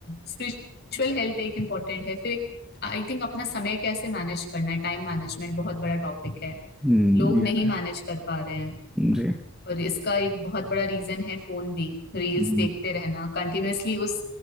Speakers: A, on the left; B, in the centre.
A: स्पिरिचुअल हेल्थ एक इम्पोर्टेंट है फिर एक आई थिंक अपना समय कैसे मैनेज करना है टाइम मैनेजमेंट बहुत बड़ा टॉपिक है
B: हम्म,
A: लोग
B: ये
A: नहीं
B: भी
A: मैनेज
B: है।
A: कर पा रहे हैं
B: जी
A: और इसका एक बहुत बड़ा रीजन है फोन भी रील्स
B: हम्म,
A: देखते रहना कंटिन्यूअसली उस